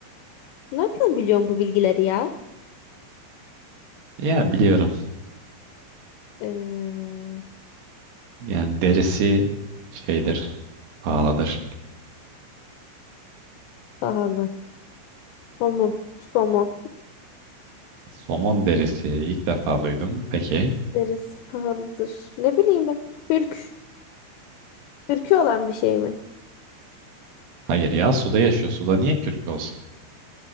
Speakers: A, on the left; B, on the right.
A: Nereden biliyorsun bu bilgileri ya?
B: Ya biliyorum.
A: Ee,
B: Yani derisi şeydir, pahalıdır.
A: pahalı. Somon. Somon.
B: Somon derisi ilk defa duydum. Peki.
A: Neresi pahalıdır? Ne bileyim ben. Türk. Türkü olan bir şey mi?
B: Hayır ya suda yaşıyor. Suda niye kürk olsun?